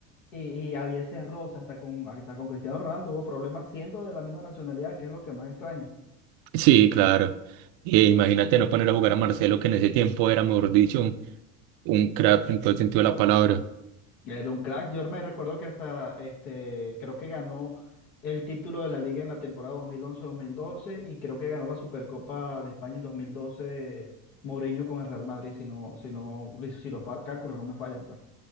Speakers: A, on the left (about 80°); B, on the right (about 60°).
A: Y, y había ese roce hasta con, hasta con Cristiano Ronaldo, hubo problemas siendo de la misma nacionalidad, que es lo que más extraña.
B: sí, claro. Y imagínate no poner a jugar a Marcelo, que en ese tiempo era, mejor dicho, un crack en todo el sentido de la palabra.
A: Era un crack, yo me recuerdo que hasta, este, creo que ganó el título de la liga en la temporada 2011-2012 y creo que ganó la Supercopa de España en 2012 Mourinho con el Real Madrid, si no, si no, si los fa- cálculos no me fallan, pues.